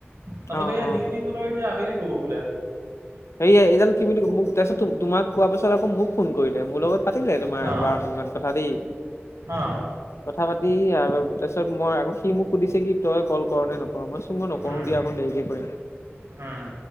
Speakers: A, on the right; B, on the left.
A: তাৰপাছতে
B: অ অ
A: ডিউটি গ'ল আৰু এতিয়া আবেলি ক'ব বোলে,
B: হেয়া এইডাল কি বুলি মোক তাৰপিছত তোক তোমাক কোৱা পাছত আকৌ মোক ফোন কৰিলে, মোৰ লগত পাতিলে তোমাৰ
A: অ',
B: বাৰ মিনিট কথা দেই,
A: অ',
B: কথা পাতি আৰু তা তাৰপিছত মই আকৌ সি মোক সুধিছে, কি তই কল কৰ নে নকৰ, মই চোন মই নকৰোঁ
A: উম,
B: দিয়া, অকন দেৰিকে কৰিম।
A: উম,